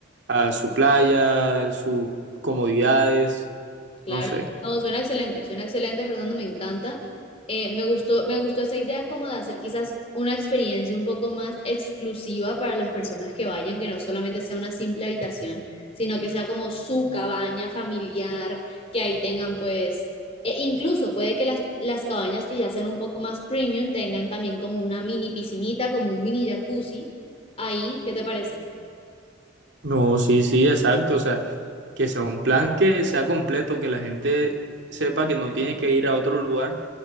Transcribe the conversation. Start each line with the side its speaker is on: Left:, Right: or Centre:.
Right: a su playa, sus comodidades,
Left: Claro,
Right: no sé.
Left: no, suena excelente, suena excelente, Fernando, me encanta. Eh, me gustó, me gustó esa idea como de hacer quizás una experiencia un poco más exclusiva para las personas que vayan, que no solamente sea una simple habitación, sino que sea como su cabaña familiar, que ahí tengan pues, e incluso puede que las, las cabañas que ya sean un poco más premium tengan también como una mini piscinita, como un mini jacuzzi ahí, ¿qué te parece?
Right: No, sí, sí, exacto. O sea, que sea un plan que sea completo, que la gente sepa que no tiene que ir a otro lugar